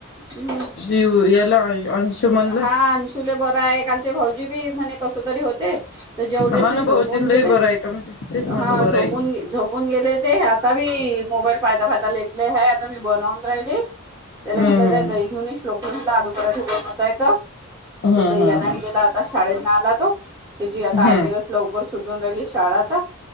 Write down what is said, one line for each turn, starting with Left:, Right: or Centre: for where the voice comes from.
Right: हम्
Left: शिव याला अंशुमनला
Right: हा अनशुले बर आहे काल ते भाऊजी बी म्हणे कस तरी होते तर जेवलेच
Left: हा
Right: नाही
Left: ना भाऊजींलाही
Right: झोपून गेले
Left: बरं आहे का म्हणजे तेच म्हटलं
Right: हा
Left: बरं
Right: झोून
Left: आहे की
Right: झोपून गेले ते आता बी मोबाईल पाहता पाहता लेटले ह आता मी बनवून राहिली त्याला
Left: हम्म
Right: म्हटलं जाय दही घेऊनश लोकड म्हलं आलू पराठे बनतायेत तो
Left: हम्म हम्म
Right: दही आणायला गेला आता शाळेत ना आला तो त्याची आता
Left: हम्म हम्म
Right: आठ दिवस लवकर सुटून राहिली शाळा आता